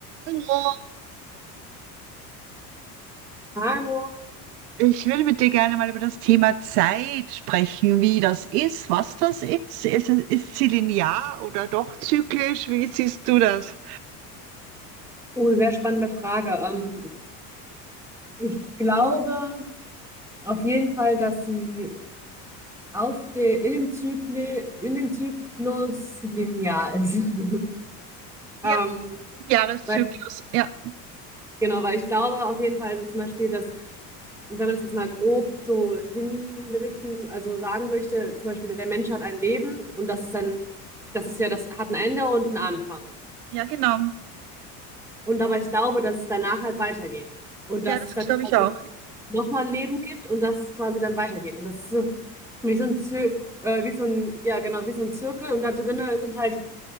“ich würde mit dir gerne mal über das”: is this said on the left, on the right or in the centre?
Right